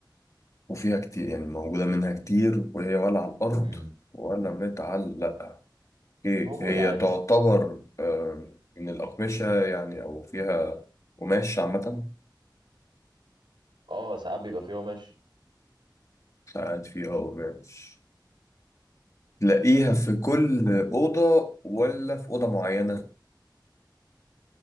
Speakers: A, on the left (about 40°); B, on the right (about 85°).
A: وفيها كتير يعني موجودة منها كتير وهي ولا على الأرض
B: امم
A: ولا متعلقة هي
B: موجودة
A: هي
B: عادي
A: تعتبر آه، من الأقمشة يعني أو فيها قماش عامة
B: اه ساعات بيبقى فيها قماش
A: ساعات فيها قماش تلاقيها في كل أوضة ولا في أوضة معينة؟